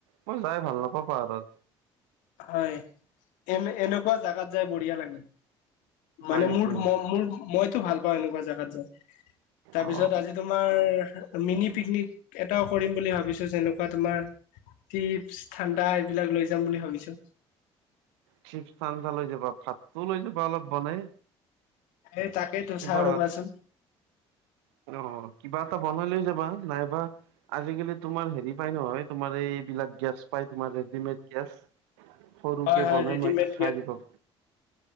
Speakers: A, on the right; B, on the left.
A: মই যায় ভাল নাপাওঁ পাহাৰত।
B: হয় এনিউনেকুৱা জাগাত যায় বঢ়িয়া লাগে। মানে
A: হয় নেকি
B: মুদ ম মুদজাগাত মইতো ভালপাওঁ এনেকুৱা জাগাত যাই তাৰ
A: অ
B: পিছত আজি তোমাৰ মিনি পিকনিক এটাও কৰিম বুলি ভাবিছোঁ যেনেকুৱা তোমাৰ টিপছ ঠাণ্ডা এইবিলাক লৈ যাম বুলি ভাবিছোঁ।
A: চিপ ঠাণ্ডা লৈ যাবা ভাতটো লৈ যাবা অলপ বনাই।
B: এ তাকেই তো
A: কিবা
B: চাও ৰবাচোন।
A: অ কিবা এটা বনাই লৈ যাবা নাইবা আজিকালি তোমাৰ হেৰি পাই নহয় তোমাৰ এইবিলাক গেছ পায় তোমাৰ ৰেডিমেড গেছ। সৰুকে
B: হয় হয়
A: বনাই
B: ৰেডিমেড
A: মই খাই দিবপ